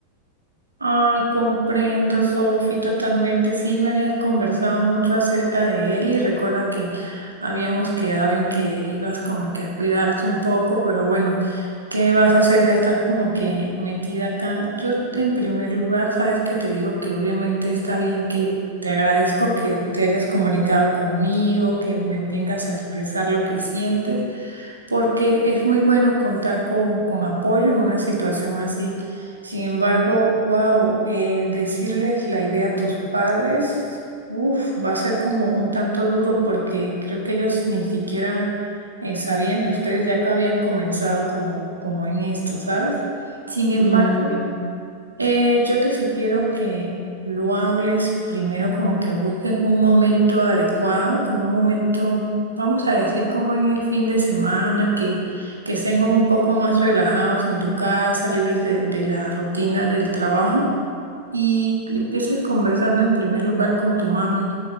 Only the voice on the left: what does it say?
No,
no, que va.